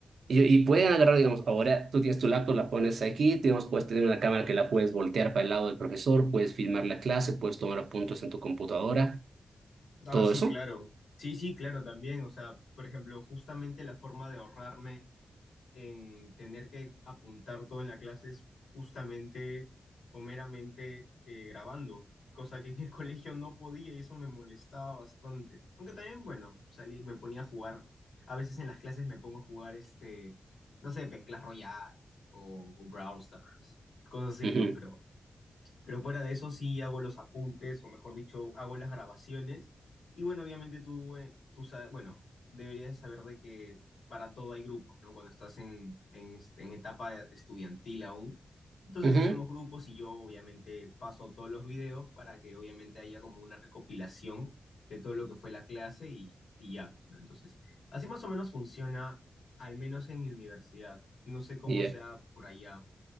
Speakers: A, on the right (about 80°); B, on the left (about 85°).
A: y, y pueden agarrar, digamos, ahora tú tienes tu laptop, la pones aquí, digamos, puedes tener una cámara que la puedes voltear para el lado del profesor, puedes filmar la clase, puedes tomar apuntes en tu computadora,
B: Ah,
A: todo
B: sí,
A: eso.
B: claro. Sí, sí, claro, también. O sea, por ejemplo, justamente la forma de ahorrarme en tener que apuntar todo en la clase es justamente o meramente eh, grabando, cosa que en el <laughs> colegio no podía y eso me molestaba bastante. Aunque también, bueno, salí, me ponía a jugar. A veces en las clases me pongo a jugar este, no sé, pues Clash Royale o, o Brawl Stars, cosas así,
A: Ujú,
B: ¿no? pero Pero fuera de eso sí hago los apuntes, o mejor dicho, hago las grabaciones. Y bueno, obviamente tú, eh, tú sabes, bueno, deberías de saber de que para todo hay grupos, ¿no? Cuando estás en, en, este- en etapa estudiantil aún. Entonces
A: ujú,
B: hacemos grupos y yo obviamente paso todos los videos para que obviamente haya como una recopilación de todo lo que fue la clase y, y ya, ¿no? Entonces, así más o menos funciona, al menos en mi universidad. No sé cómo
A: y ya.
B: sea por allá.